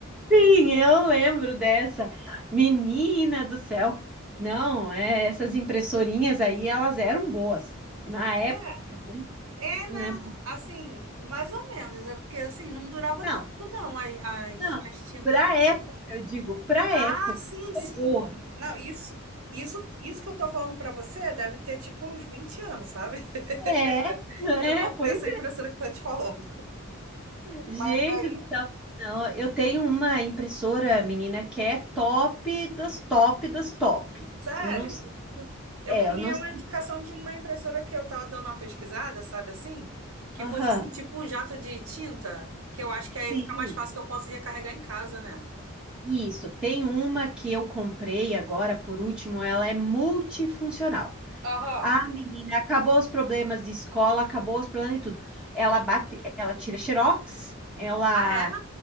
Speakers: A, in the centre; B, on the right.
A: sim, eu lembro dessa. Menina do céu. Não, é, essas impressorinhas aí, elas eram boas na época,
B: É, é, né?
A: né?
B: Assim, mais ou menos, é porque assim, não durava
A: Não,
B: tanto, não, as, as,
A: não.
B: as tintas,
A: Pra época,
B: não.
A: eu digo, pra
B: Ah,
A: época
B: sim,
A: foi
B: sim.
A: boa.
B: Não, isso, isso, isso que eu tô falando para você deve ter tipo uns 20 anos, sabe? <laughs>
A: É, né?
B: Que eu comprei
A: Pois
B: essa impressora que eu tô te falando.
A: Gente
B: Mas aí,
A: do céu. Não, eu tenho uma impressora, menina, que é top dos top dos top.
B: sério.
A: Eu não sei.
B: Eu
A: É,
B: queria
A: eu não sei.
B: uma indicação de uma impressora que eu tava dando uma pesquisada, sabe assim? Que
A: Aham.
B: fosse assim, tipo um jato de tinta, que eu acho que
A: Sim.
B: aí fica mais fácil que eu posso recarregar em casa, né?
A: Isso. Tem uma que eu comprei agora, por último, ela é multifuncional.
B: Aham.
A: Ah, menina, acabou os problemas de escola, acabou os problemas de tudo. Ela bate, ela tira xerox, ela,
B: Ah, é?